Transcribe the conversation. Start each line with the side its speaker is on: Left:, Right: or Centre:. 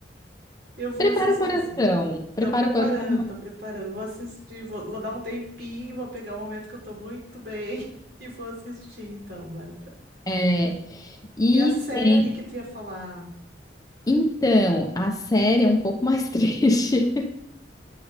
Right: eu vou
Left: Prepara
Right: assistir,
Left: o coração,
Right: sim.
Left: prepara
Right: Tô preparando,
Left: o coração.
Right: tô preparando. Vou assistir, vou, vou dar um tempinho, vou pegar um momento que eu tô muito bem <laughs> e vou assistir, então, Bárbara.
Left: É, e
Right: E a série
Left: tem.
Right: que tu ia falar,
Left: Então, a série é um pouco mais <laughs> triste.